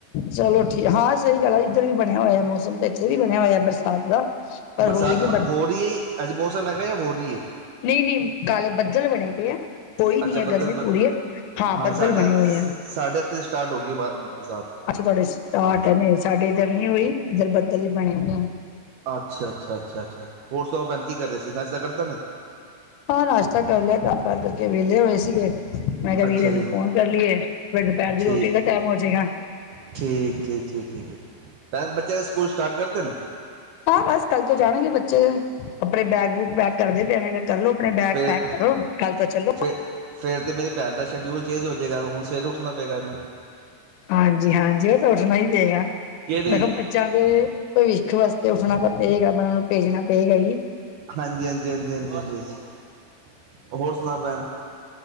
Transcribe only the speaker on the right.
ਬਰਸਾਤ
ਹੋ ਰਹੀ ਹੈ ਅੱਜ ਮੌਸਮ ਹੈਗਾ ਜਾਂ ਹੋ ਰਹੀ ਏ।
ਅੱਛਾ
ਬੱਦਲ
ਬ
ਹਾਂ ਸਾਡੇ
ਸਾਡੇ
ਐਥੇ ਸਟਾਰਟ ਹੋ ਗਈ ਬ ਬਰਸਾਤ।
ਅੱਛਾ, ਅੱਛਾ, ਅੱਛਾ, ਅੱਛਾ ਹੋਰ ਸੁਣਾਓ ਭੈਣ ਜੀ ਕੀ ਕਰ ਰਹੇ ਸੀ ਨਸ਼ਤਾ ਕਰ ਲਿਤਾ ਨੇ।
ਅੱਛਾ
ਜੀ
ਠੀਕ
ਠੀਕ, ਠੀਕ ਠੀਕ, ਠੀਕ, ਠੀਕ ਭੈਣ ਬੱਚਿਆਂ ਨੇ ਸਕੂਲ ਸਟਾਰਟ ਕਰ ਦਿਤੇ ਨੇ
ਫਿਰ
ਫਿਰ ਫੇਰ ਤੇ ਮੇਰੀ ਭੈਣ ਦਾ ਸ਼ਡਿਊਲ ਚੇਂਜ ਹੋ ਜਾਏਗਾ ਹੁਣ ਸਵੇਰ ਉੱਠਣਾ ਪਏਗਾ ਇਹਨੂੰ
ਕਿ ਨਹੀਂ
ਹਾਂਜੀ, ਹਾਂਜੀ, ਹਾਂਜੀ, ਹਾਂਜੀ ਹਾਂ ਹੋਰ ਸੁਣਾ ਭੈਣ